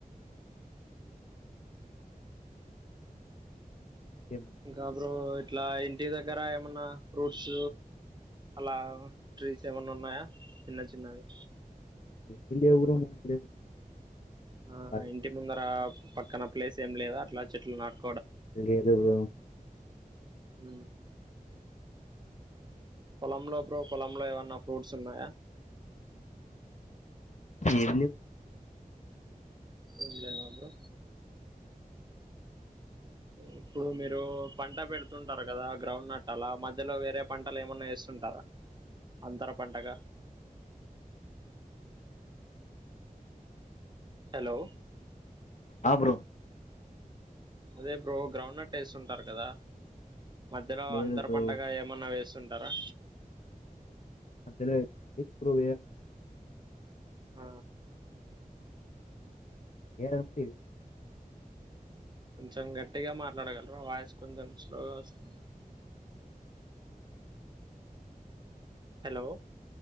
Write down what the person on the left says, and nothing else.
ఏం బ్రో
ఏం లేవు బ్రో మా ఇంటి దగ్గర
ఖాళీ.
లేదు బ్రో
ఏం లే
ఆ బ్రో
లేదు
బ్రో.
అందులో పు ప్రువల్
పైనాపిల్